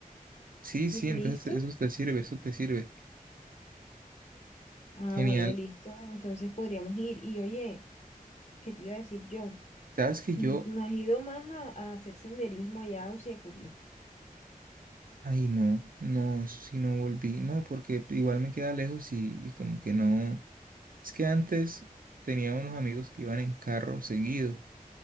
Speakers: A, on the right; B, on the left.
A: Sí,
B: Entonces,
A: sí, entonces
B: ¿Listo?
A: eso te sirve, eso te sirve.
B: Ah,
A: Genial.
B: bueno, listo. Entonces podríamos ir. Y oye, ¿qué te iba a decir yo?
A: Sabes que
B: Mm,
A: yo,
B: ¿No has ido más a, a hacer senderismo allá a Usiacurí?
A: ay no, no, eso sí no volví, no, porque igual me queda lejos y, y como que no. Es que antes tenía unos amigos que iban en carro seguido